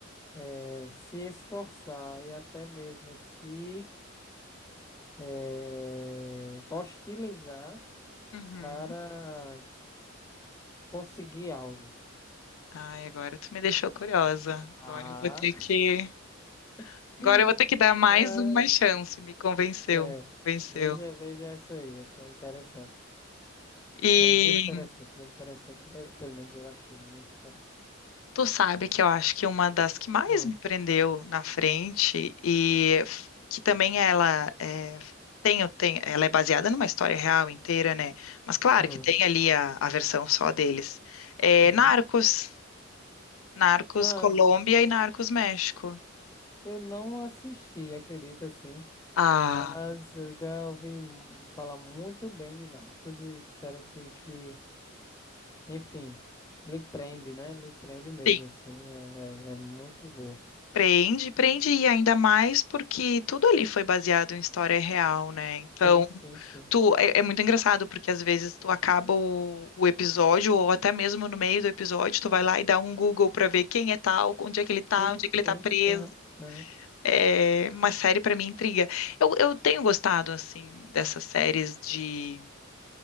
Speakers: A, on the left; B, on the left.
A: é, se esforçar e até mesmo se é, hostilizar
B: Uhum.
A: para conseguir algo.
B: Ai, agora tu me deixou curiosa.
A: Ah,
B: Agora eu vou ter que.
A: <laughs>
B: Agora eu vou ter que dar mais
A: ah,
B: uma chance, me convenceu.
A: é,
B: Convenceu.
A: veja, veja essa aí, essa é interessante.
B: E
A: É muito interessante, muito interessante. É, pelo menos eu achei muito interessante.
B: Tu sabe que eu acho que uma das que mais
A: Hum,
B: me prendeu na frente e f- que também ela é, tem, o- tem, ela é baseada numa história real inteira, né? Mas claro
A: hum.
B: que tem ali a, a versão só deles. É
A: Uhum.
B: Narcos, Narcos
A: Ah,
B: Colômbia e Narcos México.
A: eu não assisti, acredita assim,
B: Ah,
A: mas eu já ouvi mu- falar muito bem de Narcos e disseram que, que, enfim, lhe prende, né? Lhe prende mesmo,
B: sim.
A: assim, é, é é muito boa.
B: Prende, prende e ainda mais porque tudo ali foi baseado em história real, né? Então
A: Sim, sim, sim.
B: Tu, é, é muito engraçado, porque às vezes tu acaba o, o episódio, ou até mesmo no meio do episódio, tu vai lá e dá um Google pra ver quem é tal, onde é que ele tá,
A: Sim,
B: onde é que
A: sim.
B: ele tá preso.
A: Aham, aham.
B: É uma série pra mim intriga. Eu, eu tenho gostado, assim, dessas séries de,